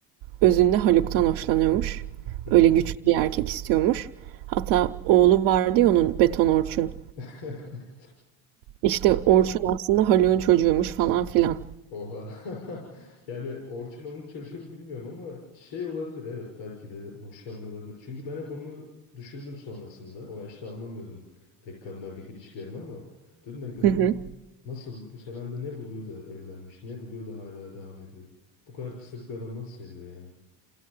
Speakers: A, on the right (about 85°); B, on the left (about 85°).
A: özünde Haluk'tan hoşlanıyormuş.
B: hı hı.
A: Öyle güçlü bir erkek istiyormuş. Hatta oğlu vardı ya onun Beton Orçun.
B: <laughs>
A: İşte Orçun aslında Haluk'un çocuğuymuş falan filan.
B: Oha. <laughs> Yani Orçun onun çocuğu mu bilmiyorum ama şey olabilir evet belki de hoşlanıyor olabilir. Çünkü ben hep onu düşündüm sonrasında. O yaşta anlamıyordum pek kadın erkek ilişkilerini ama dedim ya gönül
A: Hı hı.
B: nasıl bu Selam'da ne buluyor da evlenmiş, ne buluyor da hala devam ediyor. Bu kadar pısırık bir adam nasıl seviyor yani?